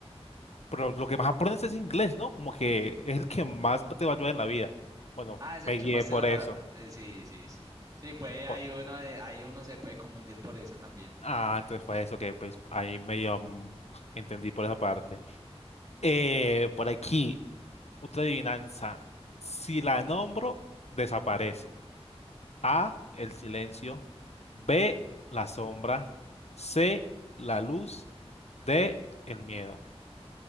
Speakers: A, on the left (about 75°); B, on the right (about 35°).
A: pero lo que más aprendes es inglés, ¿no? Como que es el que más te va a ayudar en la vida. Bueno,
B: Ah, es el
A: me guié
B: que más se
A: por
B: da,
A: eso.
B: eh, sí, sí, sí. Sí, puede, hay
A: Por-
B: uno, de- hay uno se puede confundir por eso también.
A: Ah, entonces fue eso que pues ahí medio mm, entendí por esa parte. Eh, por aquí, otra adivinanza. Si la nombro, desaparece. A, el silencio. B, la sombra. C, la luz. D, el miedo.